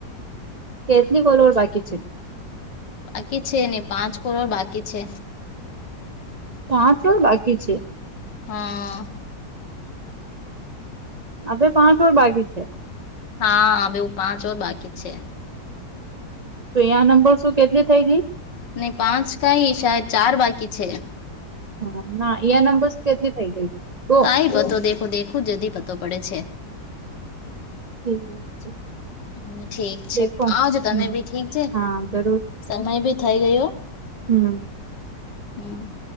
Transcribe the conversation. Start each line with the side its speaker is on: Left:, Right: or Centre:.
Right: કેતલી કોોલોર બાકી છે
Left: બાકી છે નહી પાંચ કરોડ બાકી છે
Right: પાંચ બાકી છે
Left: હા
Right: હ અે પાંચ વર બાકી છે
Left: હા બવું પાંચો જ બાકી છે
Right: તો અં નંબર શું કેટલી થઈ ગઈ
Left: નહી પાંચ કઈ શહેદ ચાર બાકી છે
Right: હા ના યા નંબર શું કેટલી થઈ ગઈ દો
Left: કઈ પતો દેખો દેખું જદી પતો પડે છે
Right: ઠીક છે
Left: હમ ઠીક છે
Right: દેખો હમ
Left: આવજો તમે બી ઠીક છે
Right: હા જરૂર
Left: સમય ભી થઈ ગયો
Right: હમ
Left: હમ